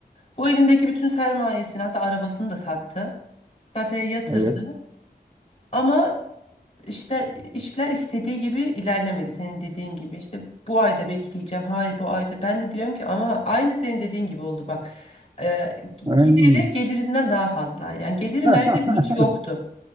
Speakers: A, on the left (about 40°); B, on the right (about 25°).
A: Bu elindeki bütün sermayesini hatta arabasını da sattı. Kafeye yatırdı.
B: Evet.
A: Ama İşler, işler istediği gibi ilerlemedi senin dediğin gibi. İşte bu ayda bekleyeceğim. Hayır bu ayda. Ben de diyorum ki ama aynı senin dediğin gibi oldu bak. Ee, gi-
B: Aynen.
A: gideri gelirinden daha fazlaydı. Yani geliri
B: <laughs>
A: neredeyse hiç yoktu.